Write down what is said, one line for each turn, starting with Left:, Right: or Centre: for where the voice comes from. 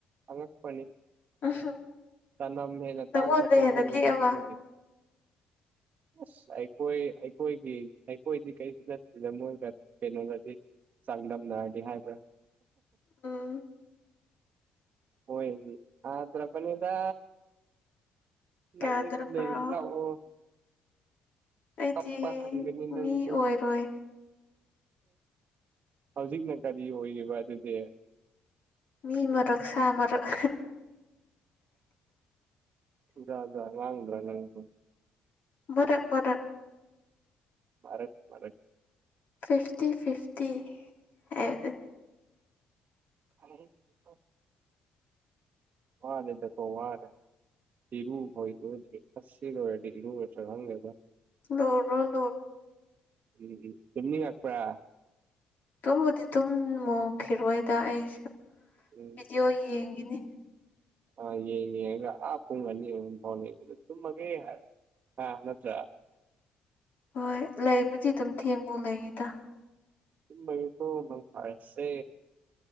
Right: ꯑꯉꯛꯄꯅꯤ
Left: ꯎꯝꯍꯨꯝ
Right: ꯆꯅꯝ ꯍꯦꯟꯅ
Left: ꯅꯪꯉꯣꯟꯗ
Right: ꯇꯥꯡꯕ ꯇꯤꯜꯍꯧꯗꯒꯤ
Left: ꯍꯦꯟꯅ ꯂꯤꯛꯑꯕ
Right: ꯑꯗꯨꯒꯤ ꯑꯁ ꯑꯩ ꯍ‌ꯣꯏ ꯑꯩꯈꯣꯏꯗꯤ ꯑꯩꯈꯣꯏꯗꯤ ꯀꯩꯁꯨ ꯅꯠꯇꯦꯗ ꯃꯣꯏꯒ ꯀꯩꯅꯣꯒꯗꯤ ꯆꯥꯡꯗꯝꯅꯔꯗꯤ ꯍꯥꯏꯕ꯭ꯔꯥ
Left: ꯎꯝ
Right: ꯍꯣꯏꯗꯤ ꯑ ꯇ꯭ꯔꯄꯅꯤꯗ ꯅꯪꯒꯤꯁꯨ
Left: ꯀꯌꯥꯗꯔ ꯄꯨꯔꯛꯑꯣ
Right: ꯂꯩꯌꯦꯕ ꯂꯥꯛꯑꯣ
Left: ꯑꯩꯗꯤ
Right: ꯀꯄꯥ ꯍꯪꯒꯅꯤ ꯅꯪꯁꯨ
Left: ꯃꯤ ꯑꯣꯏꯔꯣꯏ
Right: ꯍꯧꯖꯤꯛꯅ ꯀꯔꯤ ꯑꯣꯏꯔꯤꯕ ꯑꯗꯨꯗꯤ
Left: ꯃꯤ ꯃꯔꯛ ꯁꯥ ꯃꯔꯛ
Right: ꯌꯥ ꯋꯥꯉꯗ꯭ꯔ ꯅꯪ ꯁ
Left: ꯃꯊꯛ ꯃꯊꯛ
Right: ꯃꯔꯔꯛ ꯃꯔꯔꯛ
Left: ꯐꯤꯐꯇꯤ ꯐꯤꯐꯇꯤ ꯍꯥꯏꯕꯗꯨꯅꯤ
Right: ꯑꯣ ꯋꯥꯅꯦꯗ ꯀꯣ ꯋꯥꯔꯦ ꯍꯔꯨ ꯍꯣꯏꯔꯔ ꯍꯪ ꯂꯩꯦꯗ
Left: ꯂꯧꯣ
Right: ꯎꯝ ꯆꯨꯝꯅꯤ ꯉꯥꯛꯄ꯭ꯔꯥ
Left: ꯇꯨꯝꯕꯨꯗꯤ ꯇꯨꯝ ꯃꯣꯡꯈꯤꯔꯣꯏꯗ ꯑꯩꯁꯨ
Right: ꯎꯝ
Left: ꯚꯤꯗꯤꯑꯣ ꯌꯦꯡꯈꯤꯅꯤ
Right: ꯑ ꯌꯦꯡꯉ ꯌꯦꯄꯨꯡꯒꯅꯤ ꯐꯥꯎ ꯇꯃꯒꯦ ꯍꯥꯏ ꯑꯥ ꯅꯠꯇ꯭ꯔ
Left: ꯍꯣꯏ ꯂꯩꯕꯨꯗꯤ ꯑꯗꯨꯝ ꯊꯦꯡꯕ ꯂꯩꯌꯦꯗ
Right: ꯃꯒꯤ ꯇꯣ ꯃꯪ ꯄꯥꯏꯁꯦ